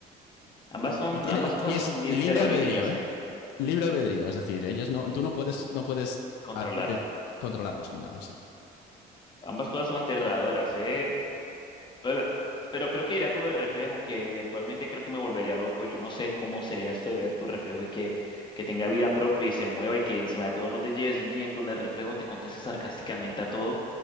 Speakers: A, on the left; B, on the left.
A: Ambas son,
B: Y tiene,
A: ambas cosas
B: y es
A: son bien
B: libre
A: terroríficas,
B: albedrío, ¿eh?
A: ¿eh?
B: Libre albedrío, es decir, ellos no,
A: Mm,
B: tú no puedes, no puedes
A: Controlar.
B: ah, de- controlarlos ni nada, sí.
A: Ambas cosas son aterradoras, ¿eh? Hola. Pero creo que iría con lo de reflejo, aunque eventualmente creo que me volvería loco. Yo no sé cómo sería esto de ver tu reflejo y que, que tenga vida propia y se mueva y que encima de todo no te lleves bien con el reflejo, te conteste sarcásticamente a todo.